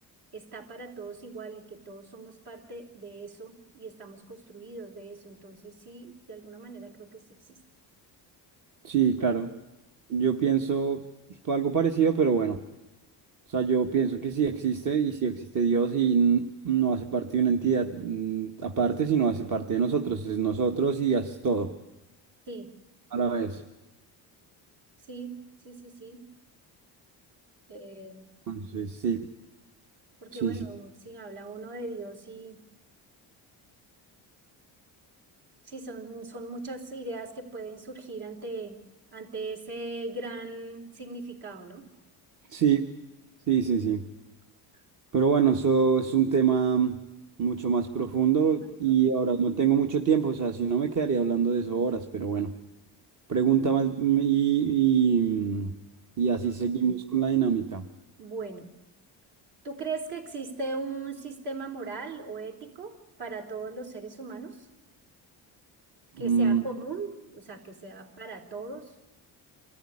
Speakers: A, on the right; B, on the right.
A: está para todos igual y que todos somos parte de eso y estamos construidos de eso. Entonces, sí, de alguna manera creo que sí existe.
B: Sí, claro. Yo pienso algo parecido, pero bueno. O sea, yo pienso que sí existe y sí existe Dios y n- no hace parte de una entidad mm, aparte, sino hace parte de nosotros. Es nosotros y es todo
A: Sí,
B: a la vez.
A: sí, sí, sí, sí. Eh,
B: Entonces, sí,
A: porque
B: sí,
A: bueno,
B: sí,
A: si habla uno de Dios y sí, son, son muchas ideas que pueden surgir ante, ante ese gran significado, ¿no?
B: sí, sí, sí, sí. Pero bueno, eso es un tema mucho más profundo
A: Ah, profundo.
B: y ahora no tengo mucho tiempo, o sea, si no me quedaría hablando de eso horas, pero bueno, pregunta más mm, y, y, y así
A: A
B: seguimos
A: ver.
B: con la dinámica.
A: Bueno, ¿tú crees que existe un sistema moral o ético para todos los seres humanos? que
B: Mm,
A: sea común, o sea, que sea para todos.